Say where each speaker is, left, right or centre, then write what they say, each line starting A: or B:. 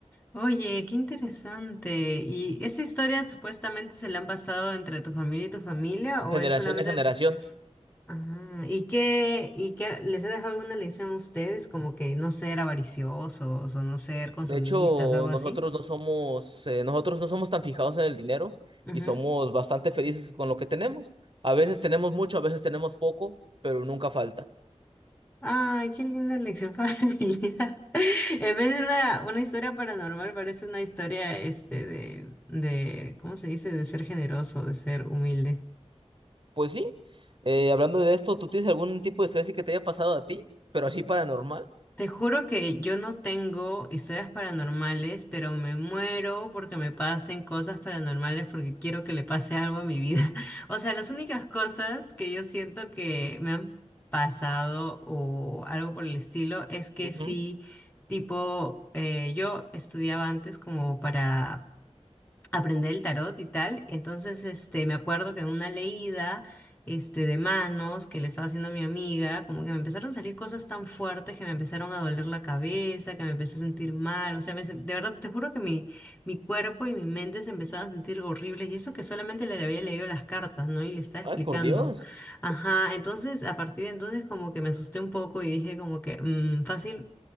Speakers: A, on the left; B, on the right.
A: Oye, qué interesante. ¿Y esa historia supuestamente se la han pasado entre tu familia y tu familia o
B: generación
A: él solamente...
B: de generación.
A: Ajá. ¿Y qué, y qué les ha dejado alguna lección a ustedes? Como que no ser avariciosos o no ser consumistas,
B: De hecho,
A: algo
B: nosotros
A: así.
B: no somos, eh, nosotros no somos tan fijados en el dinero
A: Ujú.
B: y somos bastante felices con lo que tenemos. A veces tenemos mucho, a veces tenemos poco, pero nunca falta.
A: Ay, qué linda lección <laughs> familiar. En vez de una, una historia paranormal, parece una historia este de, de, ¿cómo se dice? De ser generoso, de ser humilde.
B: Pues sí, eh, hablando de esto, ¿tú tienes algún tipo de historia así que te haya pasado a ti, pero así paranormal?
A: Te juro que yo no tengo historias paranormales, pero me muero porque me pasen cosas paranormales porque quiero que le pase algo a mi vida. <laughs> O sea, las únicas cosas que yo siento que me han pasado o algo por el estilo es que
B: Ujú.
A: sí, tipo, eh, yo estudiaba antes como para aprender el tarot y tal. Entonces, este, me acuerdo que en una leída, este, de manos que le estaba haciendo a mi amiga, como que me empezaron a salir cosas tan fuertes que me empezaron a doler la cabeza, que me empecé a sentir mal. O sea, me sen- de verdad, te juro que mi, mi cuerpo y mi mente se empezaban a sentir horribles. Y eso que solamente le había leído las cartas, ¿no? Y le estaba
B: Ay,
A: explicando.
B: por Dios.
A: Ajá, entonces, a partir de entonces, como que me asusté un poco y dije como que, mm, fácil.